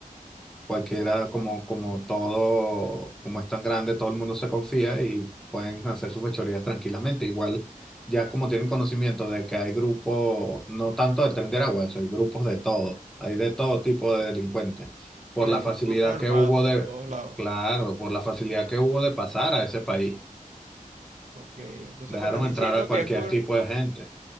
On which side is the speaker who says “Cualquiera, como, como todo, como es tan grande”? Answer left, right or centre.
Centre